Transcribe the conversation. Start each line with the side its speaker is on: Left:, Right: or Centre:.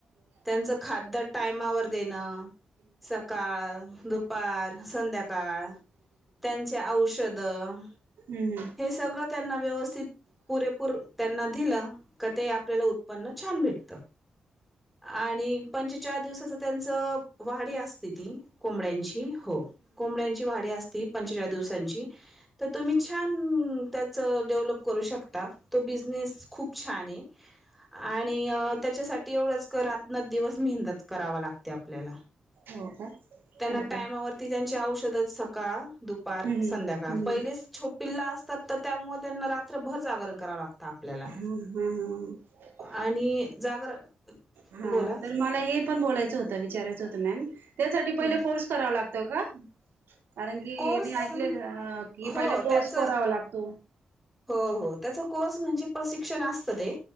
Centre: त्याचं खात टायमावर देणं, सकाळ दुपार, संध्याकाळ त्यांचे औषधं
Right: हम्म
Centre: हे सगळं त्यांना व्यवस्थित पुरेपूर त्यांना दिलं का ते आपल्याला उत्पन्न छान भेटत आणि पंच्चेचाळ दिवसाचं त्यांच वाडी असते ती कोंबड्यांची. हो कोंबड्यांची वाढी असते पंच्चेचाळ दिवसांची, तर तुम्ही छान च डेव्हलप करू शकता तो बिझनेस खूप छान आहे. आणि त्यांच्यासाठी एवढंच कर रात्रतन दिवस मेहनत करावा लागते आपल्याला.
Right: हो का
Centre: त्यांना
Right: ओके
Centre: टायमावरती त्यांची औषधं सकाळ, दु पार
Right: हम्म हम्म
Centre: संध्याकाळ
Right: हम्म
Centre: पहिलेच छोपिला असतात तर त्यामुळे त्यांना रात्रभर जागरण करावं लागतं. आपल्याला,
Right: हा हा हा
Centre: आणि जागरण
Right: हा
Centre: बोला
Right: तर मला हे पण बोलायचं होत विचारयचं होतं मॅम त्यासाठी पहिले
Centre: हं
Right: कोर्स करावा लागतो का? कारण की
Centre: कोर्स
Right: मी ऐकले की
Centre: हो
Right: पहिला कोर्स
Centre: त्याच
Right: करावा लागतो.
Centre: हो हो त्यांचा कोर्स म्हणजे प्रशिक्षण असतं ते.